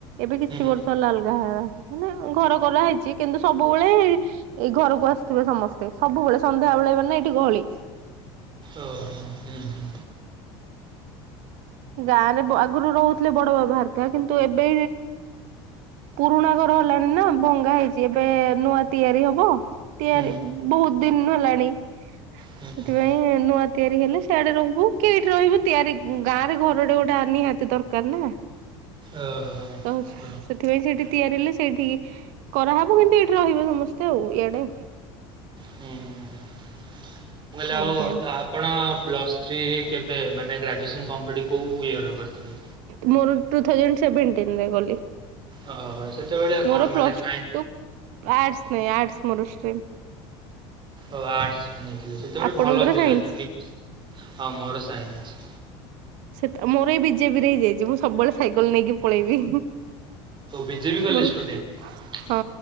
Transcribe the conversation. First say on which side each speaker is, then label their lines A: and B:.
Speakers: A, on the right; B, on the right.
A: ଏବେ କିଛି
B: ହୁଁ ହୁଁ
A: ବର୍ଷ ହେଲା ମାନେ ଘର କର ହେଇଛି କିନ୍ତୁ ସବୁବେଳେ ଏ ଘରକୁ ଆସିଥିବେ ସମସ୍ତେ ସବୁ। ସବୁବେଳେ ସନ୍ଧ୍ୟାବେଳେ ଗନେ ଏଠି ଗହଳି।
B: ଓ ହୋ ହୁଁ, ହୁଁ,
A: ଗାଁ ରେ ବା ଆଗରୁ ରହୁଥିଲେ ବଡ ବାବା ହେରିକା କିନ୍ତୁ ଏବେ ପୁରୁଣା ଘର ହେଲାଣି ନା ଭଙ୍ଗା ହେଇଛି ଏବେ ନୂଆ ତିଆରି ହବ। ତିଆରି
B: ହୁଁ।
A: ବହୁତ ଦିନୁ ହେଲାଣି,
B: ହୁଁ
A: ସେଥିପାଇଁ ନୂଆ ତିଆରି ହେଲେ ସେଆଡେ ରହିବୁ କେଇଠି ରହିବୁ ତିଆରି ଗ ଗାଁ ରେ ଘରଟେ ଗୋଟେ ନିହାତି ଦରକାର ନା!
B: ଓହୋ
A: ତ
B: ହଁ।
A: ସେଥିପାଇଁ ସେଠି ତିଆରି ହେଲେ ସେଇଠିକି କରାହେବ କିନ୍ତୁ ଏଇଠି ରହିବେ ସମସ୍ତେ ଆଉ ଇଆଡେ।
B: ହୁଁ, ମୁଁ କହିଲି ଆଉ
A: ଆଜ୍ଞା
B: ଆପଣ ପ୍ଲସ୍ ଥ୍ରି କେବେ ମାନେ ଗ୍ରାଜୁଏସନ୍ କମ୍ପ୍ଲିଟ୍ କୋଉଁ ଇୟର କରିଥିଲେ?
A: ମୋର ଟୁ ଥାଉଜାଣ୍ଡ ସେଭେଣ୍ଟିନରେ ଗଲି।
B: ଓହୋ ସେତେବେଳେ କଣ
A: ମୋର
B: ମାନେ
A: ପ୍ଲସ
B: ସାଇନ୍ସ
A: ଟୁ ଆଟସ ନାଇଁ ଆର୍ଟସ ସ୍ମରଶ୍ରୀ,
B: ଓ ଆର୍ଟସୁଣିଥିଲି ସେତେବେଳେ
A: ଆପଣଙ୍କର
B: ଭଲ ଥିଲା
A: ସାଇନ୍ସ
B: ତିନି ବର୍ଷ। ଆଉ ମୋର ସାଇନ୍ସ।
A: ଆଉ ମୋର ଏଇ ବିଜେବି ରେ ହେଇଯାଇଛି ମୁଁ ସବୁବେଳେ ସାଇକେଲ ନେଇକି ପଳେଇବି
B: ଓ ବିିଜେପି କଲେଜ
A: ମୋର
B: ଷ୍ଟୁଡେଣ୍ଟ।
A: ହଁ